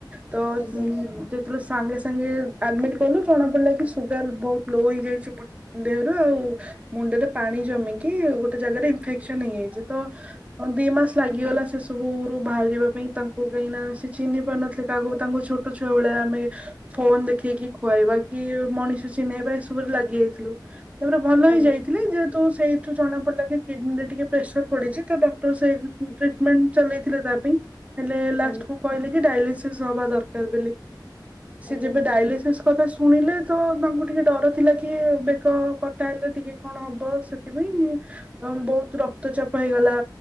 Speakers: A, on the right (about 20°); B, on the left (about 40°).
A: ତ
B: ଆଜ୍ଞା
A: ଉଁ <unintelligible> ସାଙ୍ଗେ ସାଙ୍ଗେ ଆଡ଼ମିଟ୍ କଲୁ ଜଣାପଡ଼ିଲା କି ସୁଗାର ବହୁତ ଲୋ ହେଇଯାଇଛି ବଅ ଦେହରୁ ଆଉ। ମୁଣ୍ଡରେ ପାଣି ଯମିକି ଗୋଟେ ଜାଗାରେ ଇନଫେକ୍ସନ ହେଇଯାଇଛି ତ ହଁ ଦି ମାସ ଲାଗିଗଲା ସେ ସବୁରୁ ବାହାରିବା ପାଇଁ ତାଙ୍କୁ କାଇ ନା ସେ ଚିହ୍ନି ପାରୁନଥିଲେ। ଆଗରୁ ତାଙ୍କୁ ଛୋଟ ଛୁଆ ଭଳିଆ ଆମେ ଫୋନ ଦେଖେଇକି ଖୁଆଇବା କି ମଣିଷ ଚିହ୍ନେଇବା ଏସବୁରେ ଲାଗି ଯାଇଥିଲୁ ତାପରେ ଭଲ
B: ଆଜ୍ଞା ଆଜ୍ଞା
A: ହେଇ ଯାଇଥିଲେ ଯେହେତୁ ସେଇଠୁ ଜଣା ପଡ଼ିଲା କି କିଡନୀରେ ଟିକେ ପ୍ରେସର ପଡିଛି ତ ଡକ୍ଟର ସେଇ
B: ଆଜ୍ଞା।
A: ଟ୍ରିଟମେଣ୍ଟ ଚଲେଇଥିଲେ ତା ପାଇଁ। ହେଲେ ଲାଷ୍ଟ
B: ଆଜ୍ଞା
A: କୁ କହିଲେ କି ଡାଇଲିସିସ୍ ହବା ଦରକାର ବୋଲି ସ
B: ଆଜ୍ଞା
A: ଯେବେ ଡାଇଲିସିସ୍ କଥା ଶୁଣିଲେ ତ ତାଙ୍କୁ ଟିକେ ଡର ଥିଲା କି ବେକ କଟା ହେଲେ ଟିକେ କଣ ହବ ସେଥିପାଇଁ। ଉ ବହୁତ ରକ୍ତଚାପ ହେଇଗଲା